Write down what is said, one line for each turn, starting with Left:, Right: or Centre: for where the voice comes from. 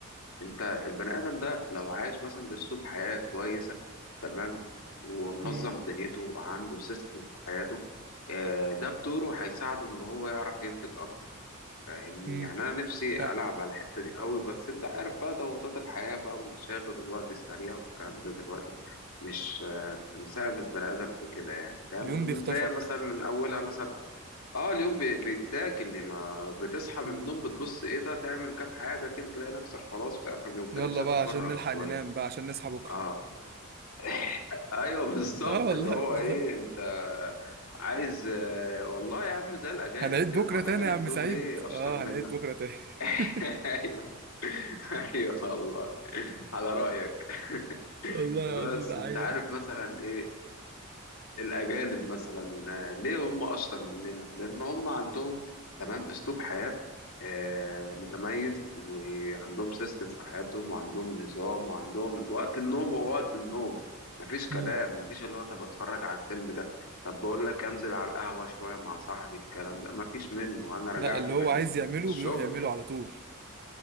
Left: انت البني ادم ده لو عايش مثلا باسلوب حياه كويسه تمام ومنظم
Right: امم
Left: دنيته وعنده سيستم في حياته آه، ده بدوره هيساعده ان هو يعرف ينتج اكتر فاهمني
Right: امم
Left: يعني انا نفسي
Right: صح
Left: العب على الحته دي قوي بس انت عارف بقى ضغوطات الحياه بقى والمشاغل والوقت السريع والكلام ده دلوقتي مش آه، مساعد البني ادم في كده يعني فاهم
Right: اليوم بيخطفك
Left: بنلاقي مثلا من اولها مثلا اه اليوم بي- بيتاكل ما بتصحى من
Right: مم.
Left: النوم بتبص ايه ده تعمل كام حاجه كده تلاقي نفسك خلاص في اخر اليوم فنفسي
Right: يلا بقى
Left: اتفرغ
Right: عشان نلحق
Left: شويه
Right: ننام بقى عشان نصحى بكرة
Left: اه <laughs> ايوه بالظبط
Right: <laughs> اه والله
Left: اللي هو
Right: <laughs>
Left: ايه انت عايز آه، والله يا عم زي الاجانب
Right: هنعيد
Left: كده
Right: بكرة
Left: ما هو
Right: تاني
Left: الاجانب
Right: يا عم
Left: دول
Right: سعيد
Left: ليه اشطر
Right: اه
Left: منك
Right: هنعيد بكرة تاني
Left: <laughs>
Right: <laughs>
Left: ايوه ايوه والله على رايك <laughs>
Right: والله
Left: بس
Right: العظيم ده
Left: انت
Right: حقيقة
Left: عارف مثلا ايه الأجانب مثلا آه، ليه هم أشطر مننا؟ لأن هم عندهم تمام أسلوب حياة آه، متميز وعندهم سيستم في حياتهم وعندهم نظام وعندهم وقت النوم هو وقت النوم مفيش كلام
Right: مم.
Left: مفيش اللي هو طب أتفرج على الفيلم ده طب بقول لك أنزل على القهوة شوية مع صاحبي الكلام ده مفيش منه أنا رجعت
Right: ده اللي هو
Left: من
Right: عايز يعمله
Left: الشغل
Right: بيروح يعمله على طول